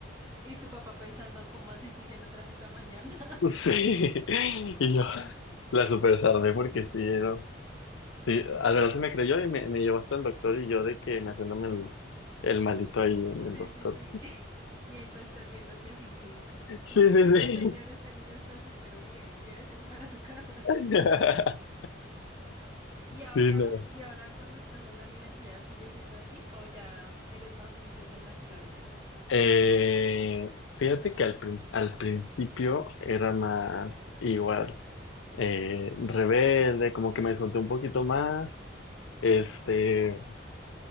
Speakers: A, on the right; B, on the left.
A: Y tu papá pensando, ¿cómo así si yo lo traje esta mañana?
B: Sí, <laughs> y yo la super sardé porque sí, no. Sí, al menos se me creyó y me, me llevó hasta el doctor y yo de que me haciéndome el, el malito ahí en el
A: Sí,
B: doctor.
A: sí, sí. <laughs> Y el doctor viéndote fingir.
B: Sí,
A: Es que,
B: sí,
A: no,
B: sí.
A: señor, este niño está súper bien, lléveselo para su casa.
B: <laughs>
A: <laughs> Y ahora,
B: Sí, no.
A: y ahora cuando estás en la universidad, ¿sigue siendo así o ya eres más juiciosa en las clases?
B: Eh, fíjate que al, prin- al principio era más igual. eh, rebelde, como que me solté un poquito más, este,